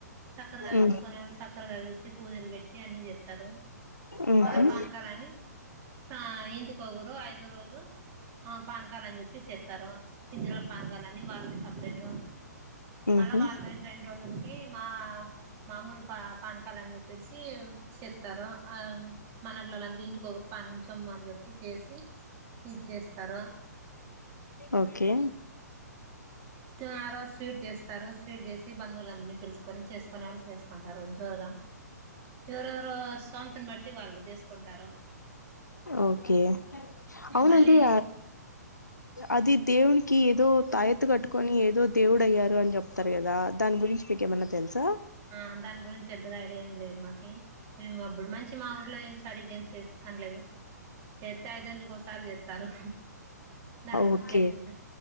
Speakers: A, on the right (about 25°); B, on the left (about 80°).
A: సక్కరగా తెచ్చుకొని
B: ఉమ్
A: వాళ్ళు సక్ కర చదివిచ్చి పూజలు పెట్టి అన్ని చెత్తారు,
B: ఉమ్
A: మళ్ళా
B: ఉహు
A: పానకాలు అని ఆ ఇంటికొగరు ఐదో రోజు ఆ పానకాల అని చెప్పిస్తారు పింజిరోలు పానకాలు అన్నీ వాళ్ళవి సపరేట్,
B: ఉహు
A: మళ్ళా వాళ్ళ రెండు రోజులు కీ మా మామూలు పా పానకాలు అని చెప్పేసి చెబుతారు అం మనోల్ల లందరూ ఇంటికొ ఒకరు పానించం అని చెప్పి చేసి ఇది చేస్తారు.
B: ఓకే
A: తే ఆరోజు స్వీట్ చేస్తారు, స్వీట్ చేస్ కి బంధువులందరినీ పిలుసుకొని చేసుకునే వాళ్ళు చేసుకుంటారు జోరుగా. ఎవరెవరు సోంతని బట్టి వాళ్ళు చేసుకుంటారు.
B: ఓకే అవునండి
A: మళ్ళీ
B: ఆ అది దేవని కీ ఏదో తాయత్ కట్టుకొని ఏదో దేవుడు అయ్యారు అని చెప్తారు కదా, దాని గురించి మీకు ఏమన్నా తెలుసా?
A: ఆ దాని గురించి పెద్దగా ఐడియా ఏం లేదు మాకి మేము అప్పుడు మంచి మా ఊర్లో ఏం సారి గేమ్స్ చేస్తానలేదు చేస్త ఐదెండ్ల ఒకసారి చేస్తారు దాన్
B: ఓకే
A: గురించి చెపద్దు